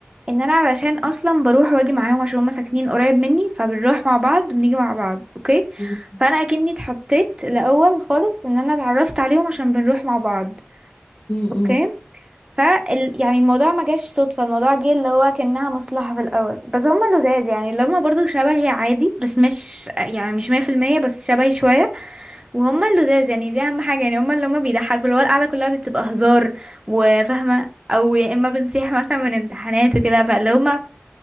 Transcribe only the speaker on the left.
م-
م-
م.